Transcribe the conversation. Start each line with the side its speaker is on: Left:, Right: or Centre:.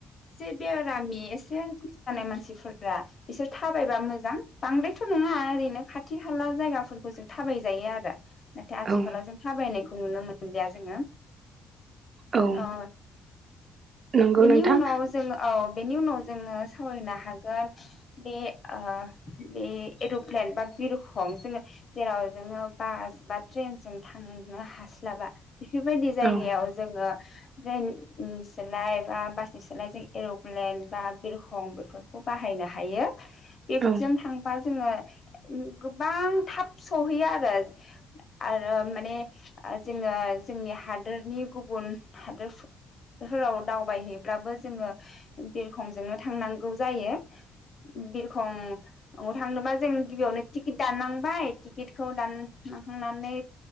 Left: से बेरामि एसे जानाय मानसिफोरा इसोर थाबायबा मोजां। बांद्रायथ' नङा ओरैनो खाथि खाला जायगाफोरखौ जों थाबाय जायो आरो। नाथाय आथिखालाव
Right: औ
Left: जों थाबायनायखौ नुनो मोन <unintelligible> जोङो
Right: औ
Left: ओ
Right: नंगौ
Left: बेनि
Right: नोंथां
Left: उनाव जों ओ औ बेनि उनाव जोङो सावरायनो हागोन बे ओ बे एरुप्लेन बा बिरखं जोङो जेराव जोङो बास बा ट्रेनजों थांनो हास्लाबा बेफोरबायदि जायगायाव
Right: औ
Left: जोङो बेन उम सोलाय बा बासनि सोलाय जों एर'प्लेन बा बिरखं बेफोरखौ बाहायनो हायो। इफ्ट
Right: औ
Left: जों थांबा जोङो गोबां थाब सहैयो आरो आरो माने जोङो जोंनि हादोरनि गुबुन हादोर फोराव दावबायहैब्लाबो जोङो बिरखंजोंनो थांनांगौ जायो बिरखं थांनोबा जों गिबियावनो टिकिट दाननांबाय टिकिटखौ दानखांनानै